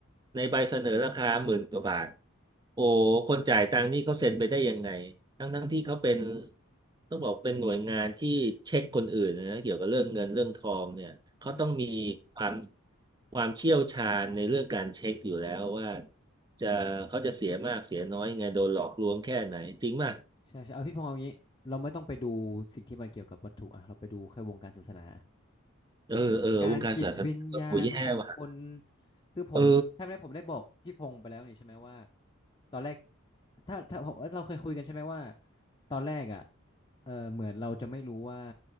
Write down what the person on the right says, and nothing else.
ในใบเสนอราคาหมื่นกว่าบาทโอ้คนจ่ายตังค์นี่เขาเซ็นไปได้ยังไงทั้งทั้งที่เขาเป็นต้องบอกเป็นหน่วยงานที่เช็คคนอื่นนะเกี่ยวกับเรื่องเงินเรื่องทองเนี่ยเขาต้องมีความ
ความเชี่ยวชาญในเรื่องการเช็คอยู่แล้วว่าจะเขาจะเสียมากเสียน้อยยังไงโดนหลอกลวงแค่ไหนจริงป่ะ
เออเออวงการศาสนาก็โหแย่ว่ะ
เออ